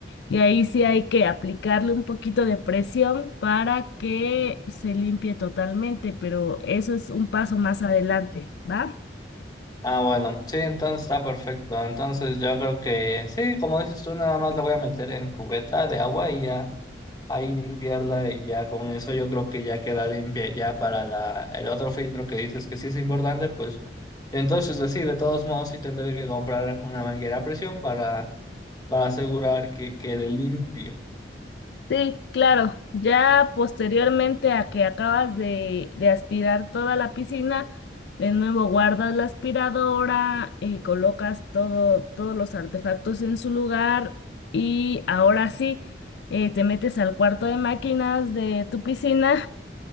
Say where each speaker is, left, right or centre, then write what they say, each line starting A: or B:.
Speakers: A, on the left (about 70°); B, on the left (about 20°).
A: y ahí sí hay que aplicarle un poquito de presión para que se limpie totalmente, pero eso es un paso más adelante, ¿va?
B: Ah, bueno, sí, entonces está perfecto. Entonces yo creo que sí, como dices tú, nada más la voy a meter en cubeta de agua y ya ahí limpiarla y ya con eso yo creo que ya queda limpia ya para la, el otro filtro que dices que sí es importante, pues entonces así, de todos modos sí tendré que comprar una manguera a presión para, para asegurar que quede limpio.
A: Sí, claro. Ya posteriormente a que acabas de, de aspirar toda la piscina, de nuevo guardas la aspiradora y colocas todo, todos los artefactos en su lugar y ahora sí eh, te metes al cuarto de máquinas de tu piscina